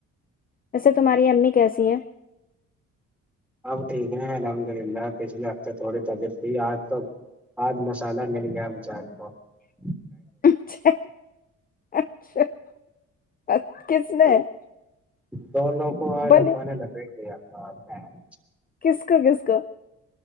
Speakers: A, on the left; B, in the centre.
A: تمہاری ماں کیسی ہے؟
B: اب یہ ٹک ٹک کر رہا ہے الحمدللہ اب یہ ٹک ٹک کر رہا ہے۔
A: W H O?
B: پاپا نے آج ان دونوں کو
A: نے
B: لپیٹ لیا۔ <inaudible>
A: کس کو